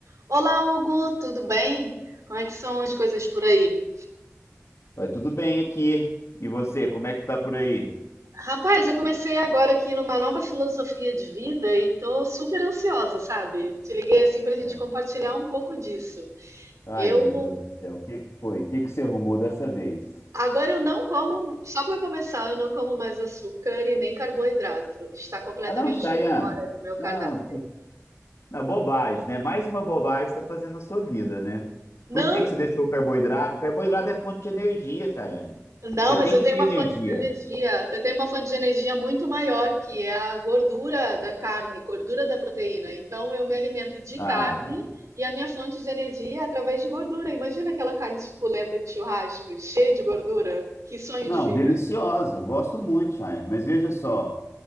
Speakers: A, on the right; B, on the left.
A: Olá, Hugo, tudo bem? Como é que são as coisas por aí?
B: Vai tudo bem aqui. E você, como é que tá por aí?
A: Rapaz, eu comecei agora aqui numa nova filosofia de vida e tô super ansiosa, sabe? Te liguei assim pra gente
B: Ai,
A: compartilhar um pouco disso.
B: ai,
A: Eu
B: meu Deus do céu, o que que foi? O que que você arrumou dessa vez?
A: agora eu não como, só pra começar, eu não como mais açúcar e nem carboidrato. Está completamente
B: Ah, não, Chayane.
A: fora do meu
B: Não,
A: cardápio.
B: que... Não, bobagem, né? Mais uma bobagem está fazendo na sua vida, né?
A: Não,
B: Por que que você deixou o carboidrato? Carboidrato é fonte de energia, Chayane.
A: Não,
B: Você
A: mas
B: tem
A: eu
B: que
A: tenho
B: ter
A: uma
B: energia.
A: fonte de energia. Eu tenho uma fonte de energia muito maior, que é a gordura da carne, gordura da proteína. Então eu me alimento de
B: Ah.
A: carne e a minha fonte de energia é através de gordura. Imagina aquela carne suculenta de churrasco, cheia de gordura. Que sonho
B: Não,
A: de vida.
B: deliciosa, gosto muito, Chayane, mas veja só,